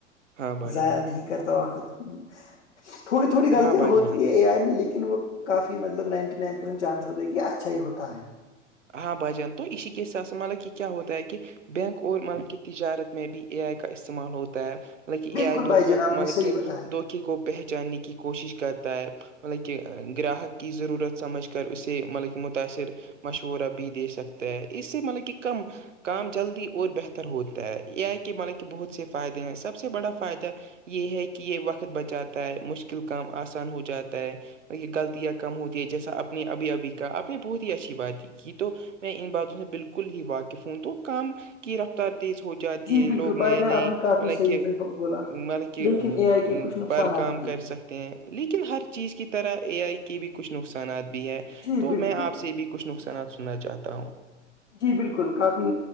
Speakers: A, on the right; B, on the left.
A: ہاں بھائی
B: ضائع نہیں کرتا وقت ہ تھوڑی تھوڑی غلطیاں
A: ہاں بھائی
B: ہوتی
A: جان
B: ہے اے آئی میں لیکن وہ کافی مطلب نائنٹی نائن پرینٹ چانس ہوتا ہے کہ اچھا ہی ہوتا ہے
A: ہاں بھجان تو اسی کے حساب سے مطلب کہ کیا ہوتا ہے کہ بینک اور ملک کی تجارت میں بھی اے آئی کا استعمال ہوتا ہے مطلب کہ
B: بالکل
A: ا آئے دھوکا
B: بھائی جان آپ
A: مطلب
B: نے صحیح
A: کہ
B: بتایا
A: دھوکے کو پہچاننے کی کوشش کرتا ہے مطلب کہ گراہک کی ضرورت سمجھ کر اسے مطلب کہ متاثر مشورہ بھی دے سکتا ہے اس سے مطلب کہ کم کام جلدی اور بہتر ہوتا ہے یہ آئی کہ مانا کہ بہت سے فائدے ہیں سب سے بڑا فائدہ یہ ہے کہ یہ وقت بچاتا ہے مشکل کام آسان ہو جاتا ہے یہ غلطیاں کم ہوتی ہے جیسا اپنی ابھی ابھی کہ اپنی بہت ہی اچھی بات ہے کی تو میں ان باتوں سے بالکل ہی واقف ہوں تو کام کی رفت ر تیز ہو جاتی
B: جی
A: ہے
B: بالکل
A: لوگ نئے
B: بھائی جان
A: نئے
B: آپ نے کافی
A: مطلب
B: صحیح
A: کہ
B: سے بولا
A: مطلب کہ
B: لیکن اے آئی کے کچھ نقصانات
A: پر کا
B: بھی
A: کر سخ <unintelligible> ہیں لیکن ہر چیز کی طرح اے آئی کے بھی کچھ نقصانات بھی ہیں
B: جی
A: تو
B: بالکل
A: میں آپ سے بھی کچھ کہنا سننا چاہتا ہوں <unintelligible>
B: جی بالکل کافی